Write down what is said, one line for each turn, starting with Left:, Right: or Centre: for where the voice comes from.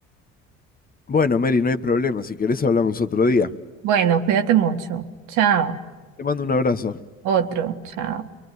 Left: Bueno, Mary, no hay problema, si querés hablamos otro día.
Right: Bueno, cuídate mucho. Chao.
Left: Te mando un abrazo.
Right: Otro, chao.